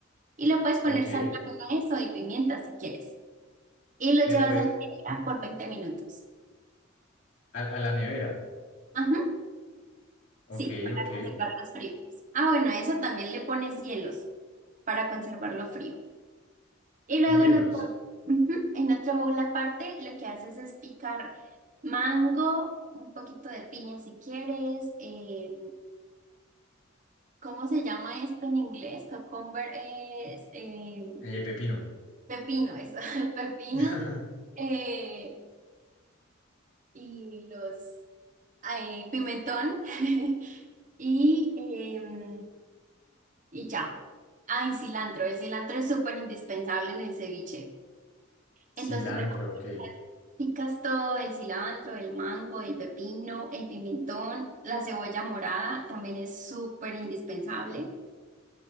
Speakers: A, on the right; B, on the left.
A: Y le puedes poner
B: Ok.
A: sal también a eso y pimienta si quieres y lo
B: Le
A: llevas
B: puedes
A: a la nevera por veinte minutos.
B: a, a la nevera.
A: Ajá,
B: Ok,
A: sí, para
B: ok.
A: conservarlos fríos. Ah, bueno, a eso también le pones hielos para conservarlo frío. Y luego
B: Hielos.
A: en otro, ujú, en otro bowl aparte, lo que haces es picar mango, un poquito de piña si quieres. eh, ¿cómo se llama esto en inglés? Cucumber es eh,
B: Eh, pepino.
A: pepino, eso, <laughs> pepino.
B: <laughs>
A: eh, y los eh, pimentón. <laughs> Y, em, y ya. Ah, y cilantro. El cilantro es súper indispensable en el ceviche.
B: Cilantro,
A: Entonces, bueno,
B: ok.
A: picas todo, el cilantro, el mango, el pepino, el pimentón, la cebolla morada también es súper indispensable.